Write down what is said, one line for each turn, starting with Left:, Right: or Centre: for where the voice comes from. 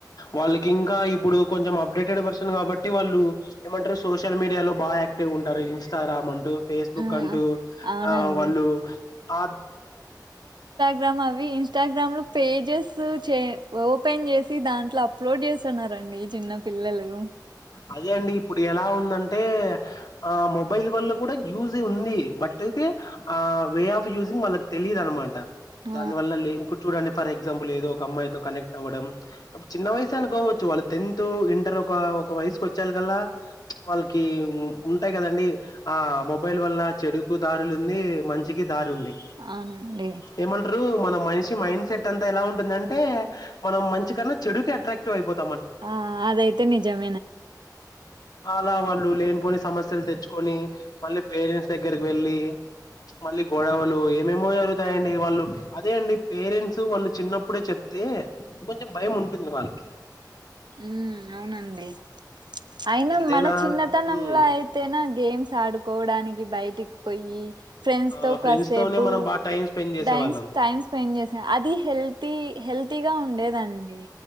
Left: వాళ్ళకి ఇంకా ఇప్పుడు. కొంచం అప్డేటెడ్ వర్షన్ కాబట్టి వాళ్ళు ఏమంటారు సోషల్ మీడియా లో బాగా యాక్టివ్ ఉంటారు ఇన్స్టాగ్రామ్ అంటూ. ఫేస్బుక్
Right: మ్మ్
Left: అంటూ
Right: అవునండి
Left: ఆ వాళ్ళు ఆ.
Right: గ్రమ్ అవి ఇన్స్టాగ్రామ్ లో పేజెస్ చె ఓపెన్ చేసి దాంట్లో అప్లోడ్ చేస్తున్నారండి చిన్న పిల్లలు.
Left: అదే అండి ఇప్పుడు ఎలా ఉందంటే. ఆ మొబైల్ వల్ల కూడా యూజ్ ఉంది. బట్ అయితే ఆ వే ఆఫ్ యూజింగ్ వాళ్ళకు తెలీదు అనమాట.
Right: ఆ
Left: దాని వల్ల లేని ఇప్పుడు చూడండి. ఫర్ ఎగ్జాంపుల్ ఏదో ఒక అమ్మాయితో కనెక్ట్ అవ్వడం. చిన్న వయసు అనుకోవచ్చు. వాళ్ళు టెన్త్ ఇంటర్ ఒక. ఒక వయసుకు వచ్చేలా కల్లా వాళ్ళకి ఉంటాయి. కదండి. ఆ మొబైల్ వల్ల చెడుకు దారులు ఉంది. మంచికి. దారి ఉంది
Right: అవునండి
Left: ఏమంటరు. మన మనిషి మైండ్ సెట్ అంతా ఎలా ఉంటుందంటే, మనం మంచి కన్నా చెడుకి అట్రాక్టివ్ అయిపోతుం
Right: ఆ అదైతే నిజం
Left: అలా వాళ్ళు లేనిపోని సమస్ లు తెచ్చుకొని మళ్ళీ పేరెంట్స్ దగ్గరకి వెళ్ళి, మళ్ళీ గొడవలు ఏమేమో జరుగుతాయండి. వాళ్ళు అదే అండి పేరెంట్స్ వాళ్ళు చిన్నప్పుడే చెప్తే కొంచం భయం ఉంటుంది వాళ్ళకి.
Right: హ్మ్ అవునండి. అయినా
Left: ఎంతైనా
Right: మన చిన్నతనంలో
Left: ఉమ్
Right: అయితేనా. గేమ్స్ ఆడుకోవడానికి బయటికి పోయి. ఫ్రెండ్స్
Left: ఆ
Right: తో
Left: ఫ్రెండ్స్
Right: కాసేపు
Left: తోనే మనం బాగా టైం స్పెండ్ చేసే
Right: టైమ్
Left: వాళ్ళం
Right: టైమ్ స్పెండ్ చేసా అది హెల్తీ హెల్తీగా ఉండేది. రండి.